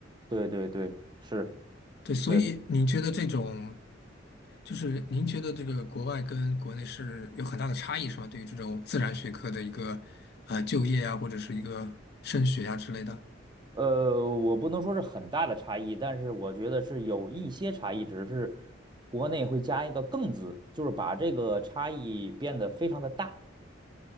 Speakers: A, on the right; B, on the left.
A: 对对对，是
B: 对，所以您觉得这种，
A: 是，
B: 就是您觉得这个国外跟国内是有很大的差异，是吗？对于这种自然学科的一个呃就业啊，或者是一个升学啊之类的，
A: 呃，我不能说是很大的差异，但是我觉得是有一些差异，只是国内会加一个“更”字，就是把这个差异变得非常的大。